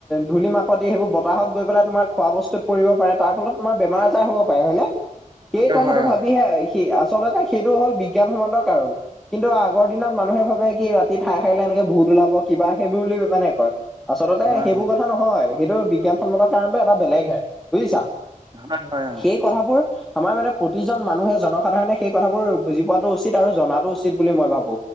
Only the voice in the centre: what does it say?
ধূলি মাকতি সেইবোৰ বতাহত গৈ পেলাই তোমাৰ খোৱা বস্তুত পৰিব পাৰে তাৰ ফলত আমাৰ বেমাৰ আজাৰ হ'ব পাৰে হয়নে
সেই কথাটো
ভাবিহে
সি আচলতে সেইটো হ'ল বিজ্ঞানসন্মত কাৰণ কিন্তু আগৰ দিনত মানুহে ভাবে কি ৰাতি ঠাই সাৰিলে এনেকে ভূত ওলাব কিবা সেইবোৰ বুলি মানে কয়। আচলতে
সেইবোৰ
কথা নহয় সেইটো বিজ্ঞানসন্মতৰ কাৰণটো এটা বেলেগহে বুজিছা।
সেই কথাবোৰ আমাৰ মানে প্ৰতিজন মানুহে জনসাধাৰণে সেই কথাবোৰ বুজি পোৱাটো উচিত আৰু জনাতো উচিত বুলি মই ভাবো